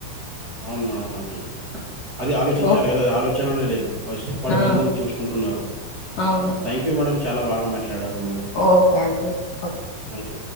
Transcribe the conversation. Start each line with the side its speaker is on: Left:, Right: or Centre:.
Right: అవును మా అవి అది ఆలోచించాలి
Left: ఓ
Right: కదా అది ఆలోచననేది లేదు. ఫస్ట్ ఇప్పటి
Left: ఆ
Right: మందం చూసుకుంటున్నరు.
Left: అవును
Right: థ్యాంక్యూ మేడం చాలా బాగా మాట్లాడారు మీరు.
Left: ఓకే అండి ఓ
Right: ఇంట్ల